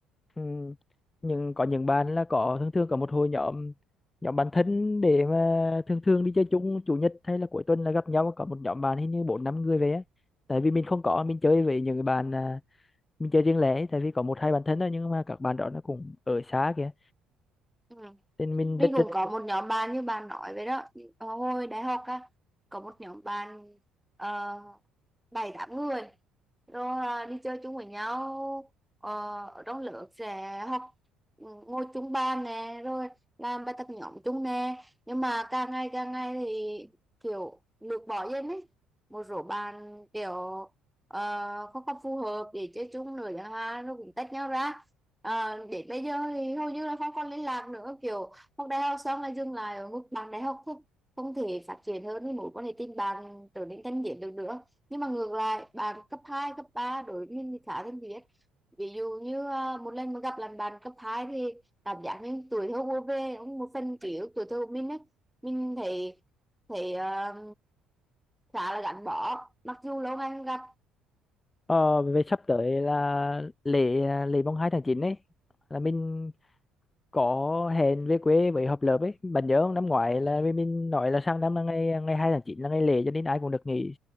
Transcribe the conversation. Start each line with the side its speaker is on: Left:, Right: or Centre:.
Left: ừ, nhưng có những bạn là có thường thường có một hội nhóm nhóm bạn thân để mà thường thường đi chơi chung chủ nhật hay là cuối tuần là gặp nhau có một nhóm bạn hình như bốn năm người về á tại vì mình không có mình chơi với những cái bạn à, mình chơi riêng lẻ ấy, tại vì có một hai bạn thân thôi nhưng mà các bạn đó nó cũng ở xa kìa
Centre: ừ.
Left: nên mình
Centre: mình
Left: rất
Centre: cũng
Left: rất
Centre: có một nhóm bạn như bạn nói vậy đó Ờ, hồi đại học á có một nhóm bạn ờ, bảy tám người rồi à, đi chơi chung với nhau ờ, ở trong lớp sẽ học ừ, ngồi chung bàn nè rồi làm bài tập nhóm chung nè nhưng mà càng ngày càng ngày thì kiểu lược bỏ dần ấy một số bạn kiểu ờ, không còn phù hợp để chơi chung nữa chẳng hạn rồi cũng tách nhau ra Ờ, để bây giờ thì hầu như là không còn liên lạc nữa kiểu học đại học xong là dừng lại ở mức bằng đại học thôi không thể phát triển hơn thì mối quan hệ tình bạn trở nên thân thiết được nữa nhưng mà ngược lại bạn cấp 2 cấp 3 đối với mình thì khá thân thiết ví dụ như à, một lần mà gặp lại bạn cấp 2 thì cảm giác như tuổi thơ vô về cũng một phần ký ức tuổi thơ của mình ấy mình thấy thấy à, khá là gắn bó mặc dù lâu ngày không gặp
Left: ờ, về sắp tới là lễ à, lễ mùng 2 tháng 9 ấy là mình có hẹn về quê với hợp lớp ấy bạn nhớ không năm ngoái là vì mình nói là sang năm là ngày ngày 2 tháng 9 là ngày lễ cho nên ai cũng được nghỉ